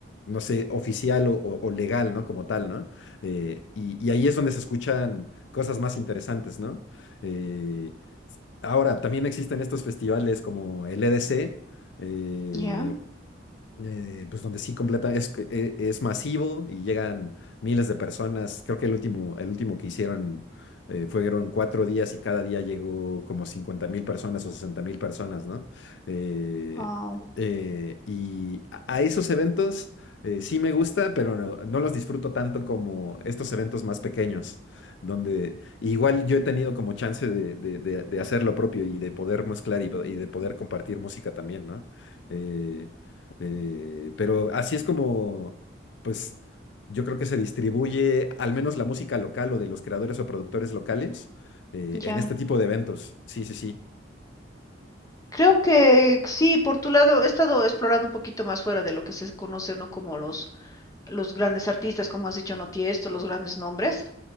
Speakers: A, on the left (about 70°); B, on the left (about 20°).
A: no sé, oficial o, o- o legal, ¿no? Como tal, ¿no? Eh, y, y ahí es donde se escuchan cosas más interesantes, ¿no? Eh, ahora, también existen estos festivales como el EDC. eh,
B: ¿Ya?
A: eh, pues donde sí completa, es, que, eh, es masivo y llegan miles de personas. Creo que el último, el último que hicieron eh, fueron cuatro días y cada día llegó como cincuenta mil personas o sesenta mil personas, ¿no? Eh,
B: Wow,
A: eh, y a, a esos eventos eh, sí me gusta, pero no, no los disfruto tanto como estos eventos más pequeños, donde igual yo he tenido como chance de, de- de- de hacer lo propio y de poder mezclar y, po- y de poder compartir música también, ¿no? Eh, eh, pero así es como, pues, yo creo que se distribuye al menos la música local o de los creadores o productores locales eh, en
B: ya.
A: este tipo de eventos. Sí, sí, sí.
B: Creo que sí, por tu lado, he estado explorando un poquito más fuera de lo que se conoce, ¿no? Como los, los grandes artistas, como has dicho, no Tiesto, los grandes nombres.